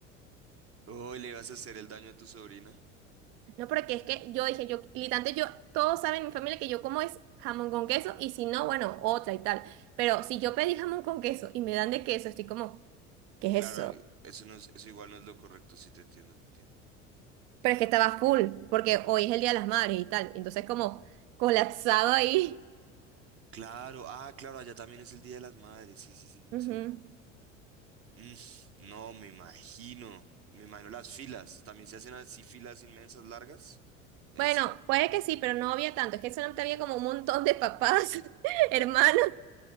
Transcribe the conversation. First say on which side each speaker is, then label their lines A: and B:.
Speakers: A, on the right (about 35°); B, on the right (about 50°).
A: Oh, le vas a hacer el daño a tu sobrina.
B: No, porque es que yo dije, yo, literalmente yo, todos saben en mi familia que yo como es jamón con queso y si no, bueno, otra y tal. Pero si yo pedí jamón con queso y me dan de queso, estoy como, ¿qué
A: Claro,
B: es eso?
A: eso no es, eso igual no es lo correcto, sí te entiendo, te entiendo.
B: Pero es que estaba full, porque hoy es el Día de las Madres y tal. Entonces como colapsado ahí.
A: Claro, ah, claro, allá también es el Día de las Madres, sí, sí, sí, sí.
B: Ujú.
A: sí. Mm, no, me imagino, me imagino las filas, también se hacen así filas inmensas, largas. Es,
B: Bueno, puede que sí, pero no había tanto. Es que solamente había como un montón de papás, <laughs> hermanos